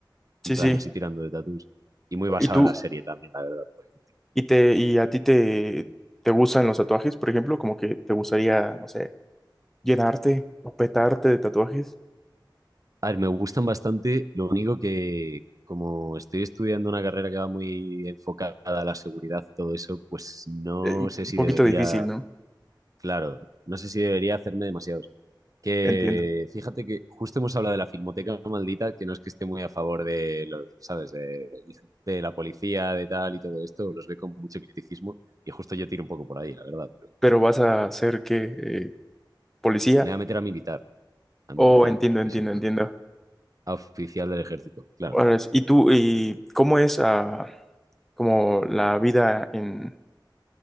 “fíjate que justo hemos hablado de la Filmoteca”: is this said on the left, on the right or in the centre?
Right